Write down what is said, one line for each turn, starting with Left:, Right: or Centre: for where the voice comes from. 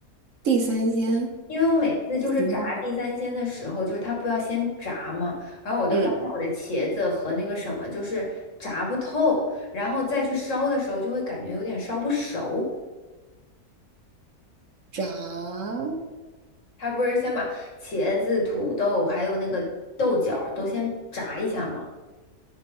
Right: 地三鲜，
Left: 因为我每次就是炸地三鲜的时候，
Right: 说实话，
Left: 就是它不要先炸嘛，然后我都发现我的茄子和那个什么就是炸不透，
Right: 嗯，
Left: 然后再去烧的时候就会感觉有点烧不熟。
Right: 炸。
Left: 它不是先把茄子、土豆还有那个豆角儿都先炸一下吗？